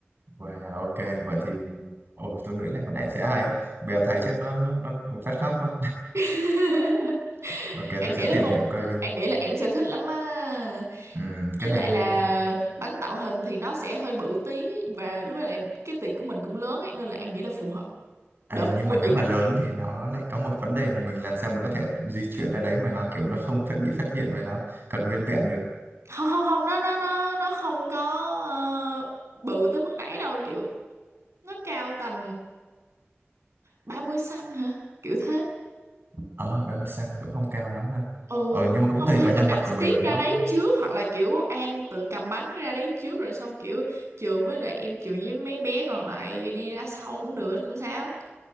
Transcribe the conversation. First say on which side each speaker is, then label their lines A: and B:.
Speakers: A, on the right; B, on the right.
A: wow ok vậy thì ồ tôi nghĩ là con này sẽ hay á bèo thấy chắc nó nó nó cũng phát khóc mất
B: <laughs>
A: <laughs> ok
B: anh
A: tôi sẽ
B: nghĩ là
A: tìm
B: con
A: hiểu coi đi
B: anh nghĩ là em sẽ thích lắm á
A: ừ, cái
B: với
A: này
B: lại
A: hay
B: là
A: nè
B: bánh tạo hình thì nó sẽ hơi bự tí và với lại cái tiệc của mình cũng lớn ấy nên là An nghĩ là phù hợp
A: Ê,
B: đợt
A: nhưng
B: mua
A: mà nếu
B: gì
A: mà
B: bánh
A: lớn
B: kia
A: thì nó lại có một vấn đề là mình làm sao mình có thể di chuyển ra đấy mà nó kiểu nó không phải bị phát hiện và nó còn nguyên vẹn được.
B: không không không nó nó nó nó không có ờ, bự tới mức đấy đâu kiểu nó cao tầm 30 xăng hả kiểu thế
A: Ờ, 30 cm thì cũng không cao lắm ha.
B: ừ
A: Ờ, nhưng mà cũng
B: không
A: tùy
B: thì
A: vào nhân
B: mình đặt
A: vật của
B: ship
A: mình
B: ra
A: nó
B: đấy trước hoặc là kiểu An tự cầm bánh ra đấy trước rồi xong kiểu Trường với lại em Trường với mấy bé còn lại đi ra sau cũng được không sao